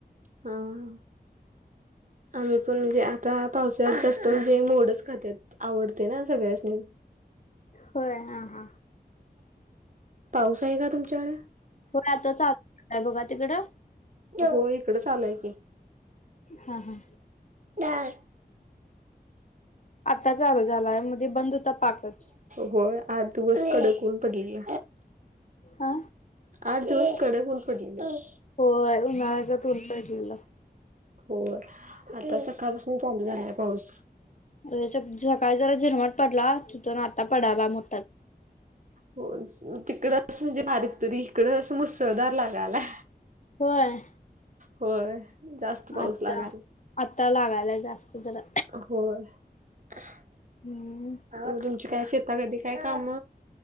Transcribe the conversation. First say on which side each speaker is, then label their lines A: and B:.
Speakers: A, on the right; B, on the left.
A: हां
B: <inaudible>
A: आम्ही पण म्हणजे आता पावसाळ्यात जास्त म्हणजे मोडच खात्यात. आवडतय ना सगळ्यासनी.
B: होय हा हां
A: पाऊस आहे का तुमच्याकडे?
B: होय आता चालू झालाय बघा. तिकड?
A: हो इकड चालू आहे की.
B: हा हां
A: <unintelligible>
B: आता चालू झालाय मध्ये बंद होता पाकच.
A: होय आठ दिवस कडक ऊन पडलेल.
B: हा.
A: आठ दिवस कडक ऊन पडलेल.
B: होय उन्हाळ्याच ऊन पडलेल.
A: हो आता सकाळपासून चालू झालाय पाऊस.
B: सकाळी जरा झिरमट पडला तिथून आता पडायला मग.
A: हो तिकडच म्हणजे बारीक तरी इकड असा मुसळधार लागालाय.
B: होय
A: होय जास्त पाऊस
B: आत्ता
A: लागालाय.
B: आता लागायलाय जास्त जरा.
A: होय <unintelligible>
B: हम्म.
A: काय शेता <unintelligible> काय काम?